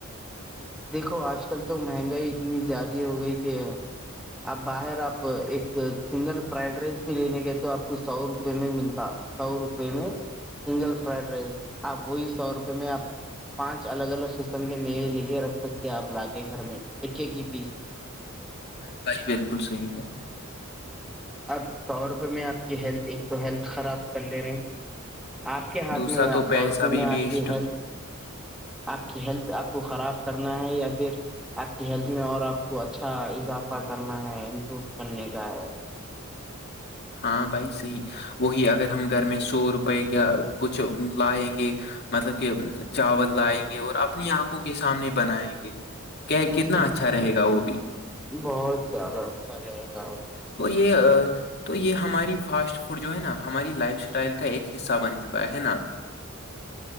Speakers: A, in the centre; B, on the left.
A: دیکھو آج کل تو مہنگائی اتنی زیادہ ہو گئی کہ اب باہر آپ ایک سنگل فرائیڈ رائس بھی لینے گئے تو آپ کو سو روپے میں ملتا سو روپئے میں سنگل فرائڈ رائس آپ وہی سو روپے میں آپ پانچ الگ الگ قسم کے میوے ل کےے رکھ سکتے آپ لا کے گھر میں ایک ایک ہی پیس
B: ہاں بھائی بالکل صحی ہے
A: اپ سو روپئے میں آپ کی ہیلتھ ایک تو ہیلتھ خراب کر لے رہے ہیں آپ کے ہاتھ
B: دوسرا
A: میں
B: تو
A: آپ
B: پیسہ
A: طور پہ
B: بھی
A: میں آپ
B: ویسٹ
A: کی ہیلپ آپ کی ہیلتھ آپ کو خراب کرنا ہے یا پھر آپ کی ہیلتھ میں اور آپ کو اچھا اضافہ کرنا ہے امپروو کرنے کا ہے
B: ہاں بھائی صحی وہی اگر ہم گھر میں سو روپے کا کچھ لائیں گے مطلب کہ چاول لائیں گے اور اپنی آنکھوں کے سامنے بنائیں گے کہ کتنا
A: جی
B: اچھا رہے گا وہ بھی
A: بہت زیادہ اچھا رہے گا
B: تو یہ تو یہ ہماری فاسٹ فوڈ جو ہے نا ہماری لائف اسٹائل کا ایک حصہ بن چکا ہے نا